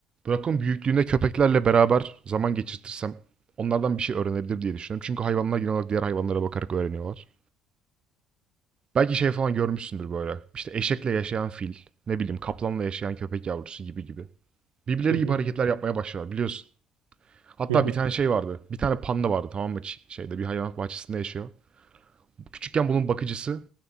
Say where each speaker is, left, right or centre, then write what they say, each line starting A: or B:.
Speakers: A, on the right; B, on the right.
A: Rakun büyüklüğünde köpeklerle beraber zaman geçirtirsem onlardan bir şey öğrenebilir diye düşünüyorum. Çünkü hayvanlar genel olarak diğer hayvanlara bakarak öğreniyorlar. Belki şey falan görmüşsündür böyle. İşte eşekle yaşayan fil, ne bileyim kaplanla yaşayan köpek yavrusu gibi gibi. Birbirleri
B: Hı hı,
A: gibi hareketler yapmaya başlıyorlar biliyorsun. Hatta
B: hı hı.
A: bir tane şey vardı. Bir tane panda vardı tamam mı? Şeyde bir hayvanat bahçesinde yaşıyor. Küçükken bunun bakıcısı